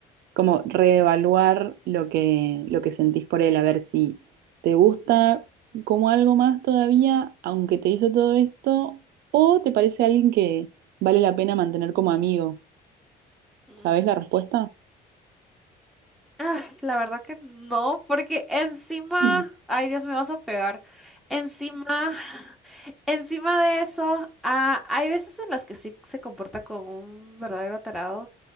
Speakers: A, on the right; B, in the centre.
A: como reevaluar lo que, lo que sentís por él, a ver si te gusta como algo más todavía, aunque te hizo todo esto, o te parece alguien que vale la pena mantener como amigo.
B: Mm,
A: ¿Sabés la respuesta?
B: ah, la verdad que no, porque encima,
A: Mm.
B: ay Dios, me vas a pegar. Encima, <laughs> encima de eso, ah, hay veces en las que sí se comporta como un verdadero tarado.